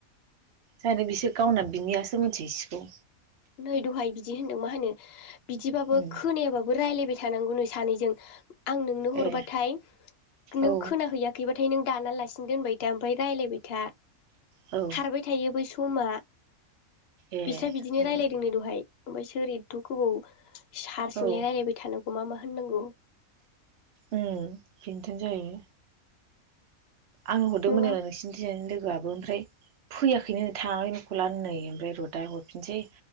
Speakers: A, on the right; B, on the left.
A: जानो बिसोर गावना बिनियासो मिथिहै सिगौ।
B: नै दहाय बिदि होनदों मा होनो बिदिबाबो
A: उम
B: खोनायाबाबो रायलायबाय थानांगौ नो सानैजों आं नोंनो हरबाथाय
A: ए
B: नों
A: औ
B: खोनाहैया खैबाथाय नों दानालासिननो दोनबाय था ओमफाय रायलायबाय था।
A: औ
B: <unintelligible> बै समा
A: ए
B: बेसा बिदिनो
A: उम
B: रालाय नो दहाय ओफाय सोर एथ' गोबाव सारसिंहाय
A: औ
B: रायलायबाय थानांगौ मा मा होननांगौ
A: उम बेनथन जायो आंनो हरदोंमोन
B: नङा
A: नोंसि जिनजायनि लोगोआबो ओमफ्राय फैयाखैनो थाङाखैनो खलानो नै ओमफ्राय रद दाहाय हरफिनसै